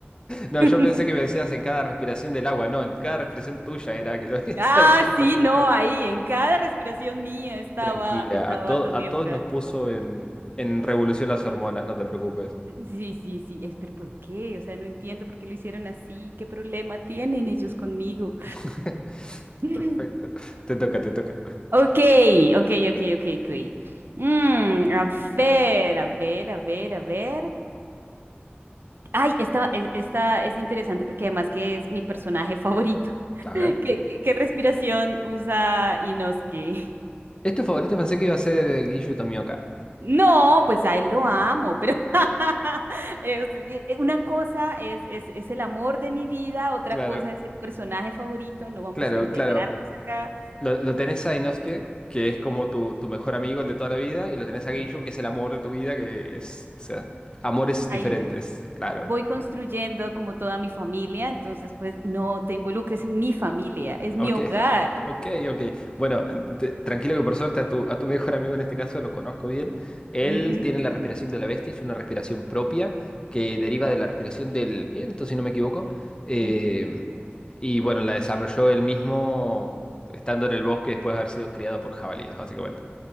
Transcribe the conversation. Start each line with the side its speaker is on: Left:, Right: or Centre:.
Left: No,
Right: <laughs>
Left: yo pensé que me decías en cada respiración del agua, no, en cada respiración tuya era que lo <laughs> hizo
Right: Ah,
Left: Giyu Tomioka.
Right: sí, no, ahí, en cada respiración mía estaba,
Left: Tranquila,
Right: estaba
Left: a, to-
Right: Tomioka.
Left: a todos nos puso en, en revolución las hormonas, no te preocupes.
Right: Sí, sí, sí, es, pero ¿por qué? O sea, no entiendo por qué lo hicieron así. ¿Qué problema tienen ellos conmigo?
Left: <laughs>
Right: <laughs>
Left: Perfecto, te toca, te toca.
Right: Ok, ok, ok, ok, ok. Mm, a ver, a ver, a ver, a ver. Ay, esta, es- esta es interesante porque además que es mi personaje favorito. <laughs>
Left: A ver.
Right: ¿Qué, qué, qué respiración usa Inosuke? <laughs>
Left: Es tu favorito, pensé que iba a ser eh, Giyu Tomioka.
Right: No, pues a él lo amo, pero <laughs> eh, o sea, eh, una cosa es, es, es el amor de mi vida, otra
Left: Claro,
Right: cosa es el personaje favorito, no vamos
Left: claro,
Right: a integrarnos
Left: claro.
Right: acá.
Left: Lo, lo tenés a Inosuke, que es como tu, tu mejor amigo, el de toda la vida, y lo tenés a Giyu,
Right: Eh,
Left: que es el amor de tu vida, que es, o sea, amores
Right: ahí.
Left: diferentes, claro.
Right: voy Claro. construyendo como toda mi familia, entonces pues no te involucres en mi familia, es
Left: Ok,
Right: mi hogar.
Left: <laughs> ok, ok. Bueno, en- te- tranquilo que por suerte a tu, a tu mejor amigo en este caso lo conozco bien. Él
Right: Ujú,
Left: tiene la respiración de la bestia, es una respiración propia que deriva de la respiración del viento, si no me equivoco. Eh,
Right: ujú.
Left: y bueno, la desarrolló él mismo estando en el bosque después de haber sido criado por jabalíes, básicamente.